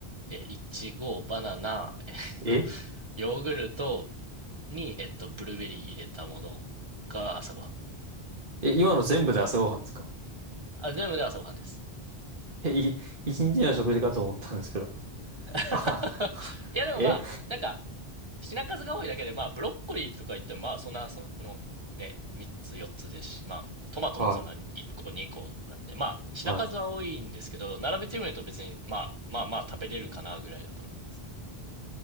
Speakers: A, on the right; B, on the right.
A: えー、いちご、バナナ、えっと、
B: え
A: ヨーグルトに、えっと、ブルーベリー入れたものが朝ごはん。
B: え、今の全部で朝ごはんですか
A: あ、全部で朝ごはんです。
B: え、い、一日の食事かと思ったんですけど。
A: <laughs>
B: あはは
A: いや、でもまあ、
B: え
A: なんか、品数が多いだけで、まあ、ブロッコリーとか言っても、まあ、そんな、その、ね、3つ、4つですし、まあ、トマトもそんな1個、
B: はい。
A: 2個なんで、まあ、品数は多いんですけど、
B: はい。
A: 並べてみると別に、まあ、まあまあ食べれるかな、ぐらいだと思います。